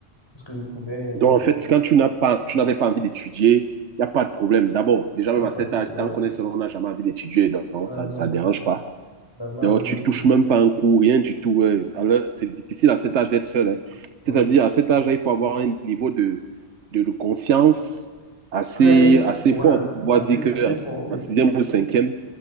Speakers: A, on the left; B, on the right.
A: tout ce que je pouvais,
B: Donc,
A: donc,
B: en fait, quand tu n'as pas, tu n'avais pas envie d'étudier, il n'y a pas de problème. D'abord, déjà,
A: ah,
B: même
A: pas
B: à cet
A: de problème.
B: âge, tant qu'on est seul, on n'a jamais envie d'étudier, donc
A: Vraiment,
B: ça ne dérange pas.
A: vraiment
B: Donc,
A: envie d'étudier.
B: tu touches même pas un coup, rien du tout. ouais. Alors, c'est difficile à cet âge d'être seul. hein. C'est-à-dire,
A: Oui.
B: à cet âge-là, il faut avoir un niveau de, de, de conscience assez,
A: Très,
B: assez
A: oui,
B: fort
A: assez,
B: pour pouvoir
A: assez,
B: dire que
A: assez
B: en
A: fort, oui.
B: en sixième ou cinquième,